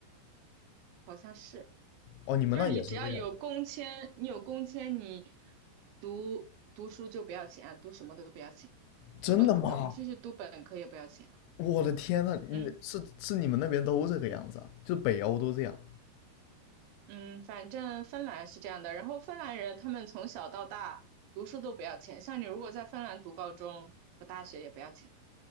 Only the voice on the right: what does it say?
好像是，
就是你只要有工签，你有工签，你读读书就不要钱，读什么都不要钱，
读本科，你继续读本科也不要钱。
嗯
嗯，反正芬兰是这样的，然后芬兰人他们从小到大读书都不要钱，像你如果在芬兰读高中和大学也不要钱。